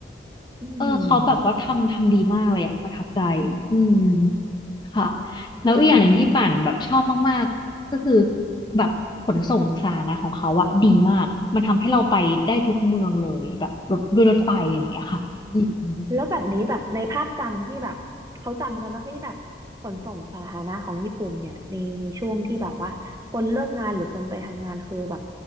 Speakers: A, on the right; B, on the left.
A: อืม
B: เออเขาแบบว่าทำทำดีมากเลยอะประทับใจอืมค่ะแล้วอีกอย่างหนึ่งที่ป่านแบบชอบมากๆก็คือ
A: อืม
B: แบบขนส่งสาธารณะของเขาอะดีมากมันทำให้เราไปได้ทุกเมืองเลยแบบรถด้วยรถไฟอะไรอย่างเงี้ยค่ะอืม
A: อ๋อแล้วแบบนี้แบบในภาพจำที่แบบเขาจำกันนะที่แบบขนส่งสาธารณะของญี่ปุ่นเนี่ยในในช่วงที่แบบว่าคนเลิกงานหรือคนไปทำงานคือแบบ